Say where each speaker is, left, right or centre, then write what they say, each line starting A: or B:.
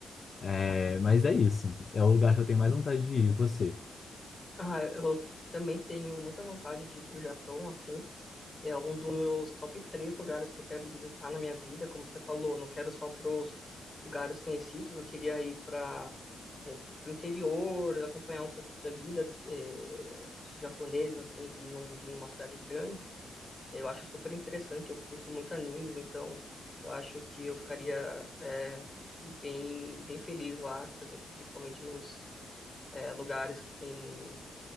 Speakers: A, on the left; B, on the left.
A: É, mas é isso. É o lugar que eu tenho mais vontade de ir. E Você?
B: Ah, eu também tenho muita vontade de ir pro Japão, assim. É um dos meus top três lugares que eu quero visitar na minha vida. Como você falou, não quero só para os lugares conhecidos, eu queria ir para o interior, acompanhar um pouco da vida eh, dos japoneses, assim, que não vivem em uma cidade grande. Eu acho super interessante, eu curto muito animes, então eu acho que eu ficaria eh, bem, bem feliz lá, por exemplo, principalmente nos eh, lugares que tem